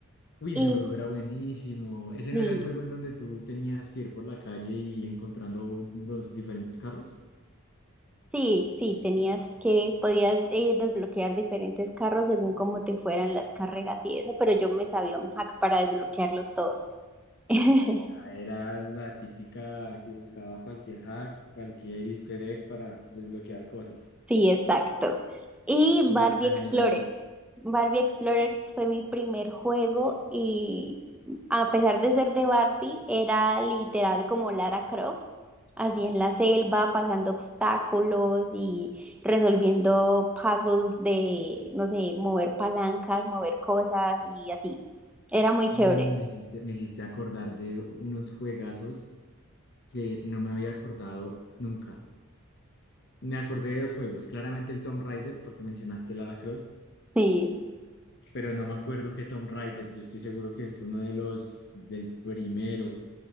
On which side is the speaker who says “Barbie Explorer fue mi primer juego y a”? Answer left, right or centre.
Centre